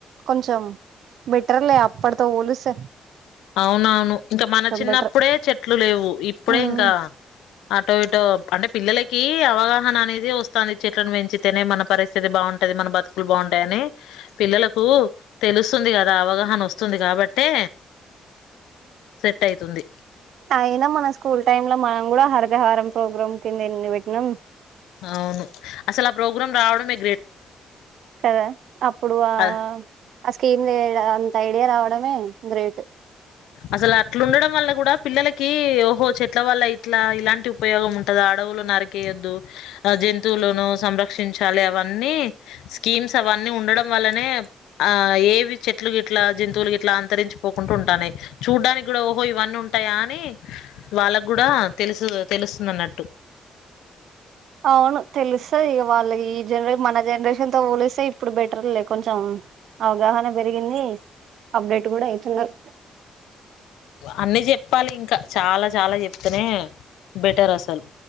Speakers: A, on the right; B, on the left.
A: కొంచెం బేటర్లే అప్పుడుతో పోలేస్తే
B: అవునవును ఇంకా మన చిన్నప్పుడే
A: బెటర్
B: చెట్లు లేవు ఇప్పుడే
A: ఉమ్
B: ఇంకా ఆటో ఇటో అంటే పిల్లలకి అవగాహన అనేది వస్తుంది చెట్లను పెంచితేనే మన పరిస్థితి బాగుంటుంది మన బతుకులు బాగుంటాయని హ పిల్లలకు తెలుస్తుంది కదా అవగాహన వస్తుంది కాబట్టే సెట్ అయితుంది
A: అయినా మన స్కూల్ టైమ్ లో మనం కూడా హరితహారం ప్రోగ్రామ్ కింద ఎన్ని పెట్టినం
B: అవును అసలు ఆ ప్రోగ్రాం రావడంమే
A: కదా అప్పుడు ఆ
B: అ
A: స్కీమ్ అంత ఐడియా రావడమే గ్రేట్
B: అసలు అట్లుండడం వల్ల కూడా పిల్లలకి ఓహో చెట్ల వల్ల ఇట్లా ఇలాంటి ఉపయోగం ఉంటద అడవులు నరికేయొద్దు జంతువులను సంరక్షించాలి అవన్నీ స్కీమ్స్ అవన్నీ అ ఉండడం వల్లనే ఆ ఏవి చెట్లు ఇట్లా జంతువుల ఇట్లా అంతరించ పోకుంటూ ఉంటానయి చూడ్డానికి కూడా ఓహో ఇవన్నీ ఉంటాయా అని వాళ్ళకి కూడా తెలుసు తెలు స్తున నట్టు
A: అవును తెలుస్తది ఇగ వాళ్ళ ఈ జనరేషన్ మన జనరేషన్ తో పోలిస్తే ఇప్పుడు బెటర్ లే కొంచెం అవగాహన పెరిగింది అప్డేట్ కూడా అయితున్నారు
B: అన్ని చెప్పాలి ఇంకా చాలా చాలా చెప్తేనే బెటర్ అసలు